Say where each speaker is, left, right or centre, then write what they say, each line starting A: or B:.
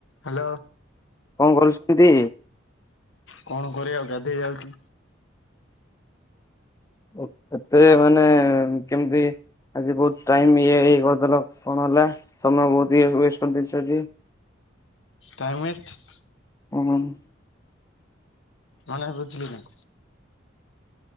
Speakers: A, on the left (about 85°); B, on the left (about 15°).
A: Hello.
B: କଣ କରୁଛନ୍ତି?
A: କଣ କରିବା ଆଉ ଗାଧେଇ ଯାଉଛି।
B: ଓ କେତେ ମାନେ କେମିତି ଆଜି ବହୁତ ଟାଇମ ଇଏ ହେଇ କରିଦେଲ। କଣ ହେଲା ତମେ ବହୁତ ୱେଷ୍ଟ କରିଦେଛ ଆଜି।
A: Time waste.
B: କଣ <unintelligible>
A: ମାନେ ବୁଝିଲି ନା।